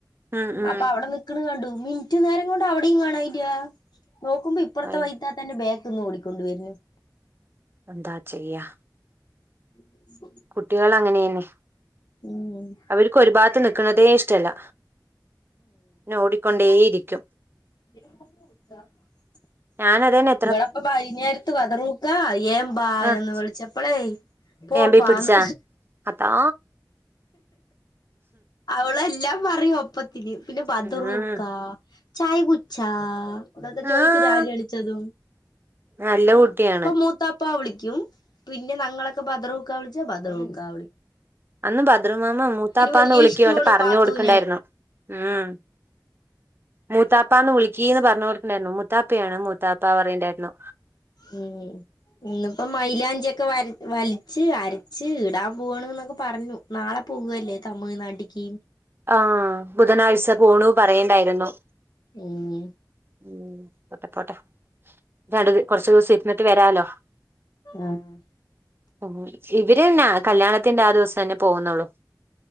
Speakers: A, on the right (about 30°); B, on the left (about 70°).
A: ഉം ഉം
B: അപ്പ അവ്ടെ നിക്ക്‌ണ് കണ്ടു ഉമ്മി റ്റ് നേരം കൊണ്ട് അവ്ടിം കാണായില്ലാ നോക്കുമ്പോ ഇപ്പറത്തെ
A: അയ്യോ
B: വൈതാത്താന്റെ ബേക്ക്‌ന്ന് ഓടിക്കൊണ്ട് വെര്ന്ന്.
A: എത്താ ചെയ്യാ?
B: ഉ <unintelligible>
A: കുട്ടികൾ അങ്ങനെയാണ്.
B: ഉം
A: അവര്ക്ക് ഒര് ഭാത്ത് നിക്ക്ണതെ ഇഷ്ടം ഇല്ലാ ഇങ്ങനെ ഓടിക്കൊണ്ടെയിരിക്കും.
B: ഇര്ക്കും <inaudible>
A: ഞാന് അത് എന്നെ
B: ഇവളപ്പം ബൈഞ്ഞെര്ത്ത് ബതറൂക്കാ ഏഹ് ബാ
A: ആഹ്
B: എന്ന് വിളിച്ചപ്പളെയ് പോപ്പാന്ന്
A: ഏമ്പി പിടിച്ചാ അതാ
B: അവൾ എല്ലാം പറയും അപ്പത്തിന് പിന്നെ ബദറൂക്കാ
A: ഉം
B: ചായ കുച്ചാ ഇതൊക്കെ ജോയിക്കും
A: ആഹ്
B: രാവിലെ എണീച്ച് വെന്നു
A: നല്ല കുട്ടിയാണ്
B: മൂത്താപ്പ വിളിക്കും പിന്നെ നങ്ങളൊക്കെ ബദറൂക്കാ വിളിച്ചാ ബദറൂക്കാ വിളി
A: അന്ന് ബദറു മാമ മൂത്താപ്പാന്ന്
B: വലിയ
A: വിളിക്കു
B: ഇഷ്ടമാണ്
A: അവനു പരഞ്ഞ്
B: പാത്തൂനെ
A: കൊട്ക്ക് ഇണ്ടായിരുന്നു ഉം മൂത്താപ്പാന്ന് വിളിക്കിന്ന് പർൺ കൊട്ക്ക്ണ്ടായിരുന്നു മൂത്താപ്പയാണ് മൂത്താപ്പ പറിണ്ടായിരുന്നു.
B: ഉം ഇന്ന് ഇപ്പം മൈയിലാഞ്ചി ഒക്കെ വര് വൽച്ച് അര്ച്ച് ഇടാൻ പോണ് ഇന്നൊക്കെ പർഞ്ഞു. നാളെ പോക അല്ലെ തമിഴ് നാട്ട്ക്ക്
A: ആഹ് ബുധനാഴ്ച്ച പോണു പറയ് ഇണ്ടായിരുന്നു
B: ഉം
A: ഉം അതെ പോട്ടെ നാട്ട്ക്ക് കൊർച്ചു ദുവ്സം ഇര്ന്ന്ട്ട് വെരാലോ
B: ആഹ്
A: ഉം ഇവെര് നാ കല്യാണത്തിന്റെ ആ ദിവ്സം തന്നെ പോവുന്നൊള്ളു